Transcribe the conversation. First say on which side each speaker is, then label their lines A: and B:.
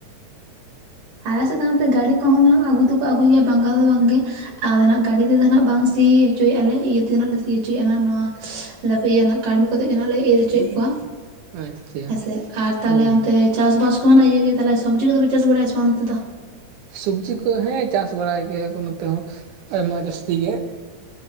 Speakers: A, on the right (about 70°); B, on the right (about 85°).
A: ᱟᱞᱮ ᱥᱮᱫ ᱱᱚᱛᱮ ᱜᱟᱹᱰᱤ ᱠᱚᱦᱚ ᱩᱱᱟᱹᱜ ᱟᱹᱜᱩ ᱫᱚᱠᱚ ᱟᱹᱜᱩ ᱜᱮᱭᱟ ᱵᱟᱝᱟᱜ ᱫᱚ ᱵᱟᱝᱜᱮ ᱟᱨ ᱟᱱᱟᱜ ᱜᱟᱹᱰᱤ ᱛᱮᱫᱚ ᱟᱸᱱᱟᱜ ᱵᱟᱝ ᱥᱤ ᱦᱚᱪᱚᱭᱮᱫᱼᱟᱞᱮ, ᱤᱭᱟᱹ ᱛᱮᱜᱮ ᱦᱟᱸᱜ ᱞᱮ ᱥᱤ ᱦᱚᱪᱚᱭᱮᱫᱼᱟ ᱱᱚᱣᱟ <inaudible> ᱠᱟᱹᱲᱢᱤ ᱠᱚ ᱠᱟᱛᱮᱜ ᱜᱮ ᱱᱟᱱᱟᱜ ᱞᱮ ᱤᱨ ᱦᱚᱪᱚᱭᱮᱫ ᱠᱚᱣᱟ᱾
B: ᱟᱪᱪᱷᱟ
A: ᱦᱮᱸᱥᱮ ᱟᱨ ᱛᱟᱦᱞᱮ
B: ᱦᱳᱭ
A: ᱚᱱᱛᱮ ᱪᱟᱥᱼᱵᱟᱥ ᱠᱚᱢᱟ ᱤᱭᱟᱹ ᱜᱮ ᱛᱟᱞᱮ ᱥᱚᱵᱡᱤ ᱠᱚᱫᱚᱯᱮ ᱪᱟᱥ ᱵᱟᱲᱟᱭᱟ ᱥᱮ ᱚᱱᱛᱮ ᱫᱚ?
B: ᱥᱚᱵᱡᱤ ᱠᱚ ᱦᱮᱸ ᱪᱟᱥ ᱵᱟᱲᱟᱭ ᱜᱮᱭᱟ ᱠᱚ ᱱᱚᱛᱮ ᱦᱚᱸ, ᱟᱭᱢᱟ ᱡᱟᱹᱥᱛᱤ ᱜᱮ᱾